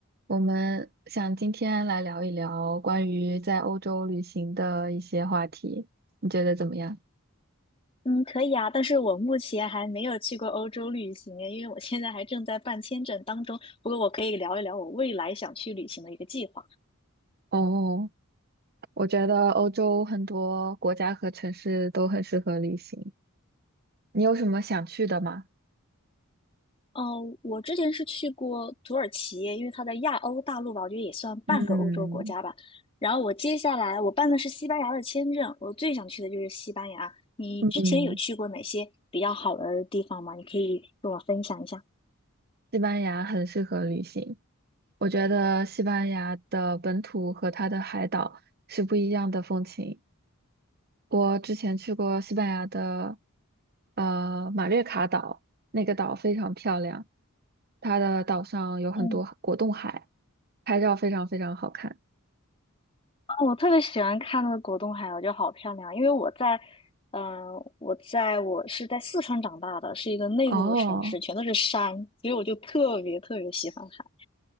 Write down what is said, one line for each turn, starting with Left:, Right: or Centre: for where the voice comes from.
Right: 我们想今天来聊一聊关于在欧洲旅行的一些话题，你觉得怎么样？
Left: 嗯，可以啊，但是我目前还没有去过欧洲旅行，因为我现在还正在办签证当中。不过我可以聊一聊我未来想去旅行的一个计划。
Right: 哦，我觉得欧洲很多国家和城市都很适合旅行。你有什么想去的吗？
Left: 哦，我之前是去过土耳其，因为它在亚欧大陆吧，我觉得也算半个欧洲国家吧。
Right: 嗯
Left: 然后我接下来我办的是西班牙的签证，我最想去的就是西班牙。你之前有去过哪些比较好的地方吗？
Right: 嗯，
Left: 你可以跟我分享一下。
Right: 西班牙很适合旅行。我觉得西班牙的本土和它的海岛是不一样的风情。我之前去过西班牙的，呃，马略卡岛，那个岛非常漂亮，它的岛上有很多果冻海，
Left: 嗯。
Right: 拍照非常非常好看。
Left: 哦，我特别喜欢看那个果冻海螺，我觉得好漂亮。因为我在，嗯、我在我是在四川长大的，是一个内陆的城市，
Right: 哦，
Left: 全都是山，所以我就特别特别喜欢海。